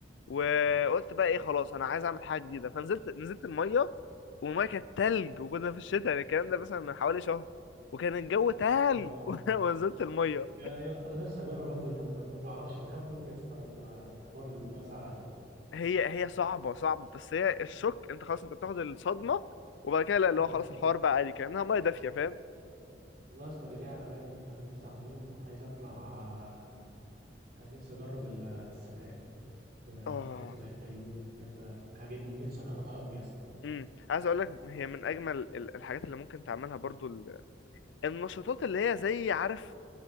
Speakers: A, on the left; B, on the right.
A: وقلت بقى ايه خلاص انا عايز اعمل حاجه جديده فنزلت نزلت الميه والميه كانت تلج وكنا في الشتاء يعني الكلام ده مثلا من حوالي شهر وكان الجو تلج
B: اه
A: <laughs> ونزلت الميه
B: يا يا اسطى نفسي اجرب انزل ميه ساقعة. ما بعرفش بخاف موت يا اسطى لما بقى حوار الميه ساقعه دي
A: هي هي صعبه صعبه بس هي الشوك انت خلاص انت بتاخد الصدمه وبعد كده لا اللي
B: مم.
A: هو خلاص الحوار بقى عادي كانها ميه دافيه فاهم
B: والله يا اسطى اللي جاي على بالي الفتره اللي نفسي اعمله عايز اطلع آه، نفسي اجرب ال- السفاري في
A: اه
B: في حته زي الفيوم حته الحاجات دي نفسي اجربها قوي يا اسطى
A: امم عايز اقول لك هي من اجمل ال- الحاجات اللي ممكن تعملها برضو ال- النشاطات اللي هي زي عارف